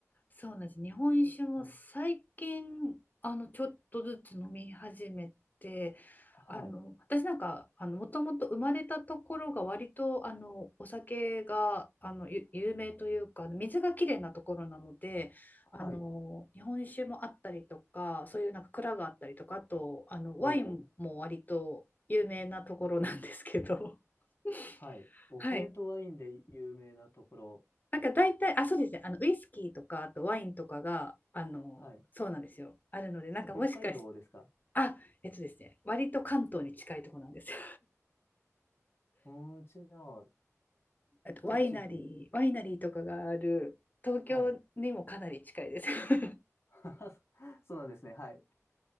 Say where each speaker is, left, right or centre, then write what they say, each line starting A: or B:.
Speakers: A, on the left; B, on the left.
A: そうなんです。日本酒も最近、
B: はい。
A: あの、ちょっとずつ飲み始めて、
B: はい。
A: あの、私なんか、あの、もともと生まれたところが割と、あの、お酒が、あの、ゆ有名というか、水がきれいなところなので、あの、
B: はい。
A: 日本酒もあったりとか、そういうなんか蔵があったりとか、あと、あの、
B: おー
A: ワインも割と有名なところなんですけど、<laughs>
B: はい。お米とワインで有名なところ。
A: はい。なんか大体、あ、そうですね、あのウイスキーとか、あとワインとかが、あの、
B: はい。
A: そうなんですよ、あるので、なんかもしかして、
B: そして北海道ですか
A: あ、えっとですね、割と関東に近いところなんですよ。
B: うちの
A: <laughs> あとワイナリー、
B: 栃木。
A: ワイナリーとかがある東京にもかなり近いです。
B: はい。
A: <laughs>
B: <laughs> そうなんですね。はい。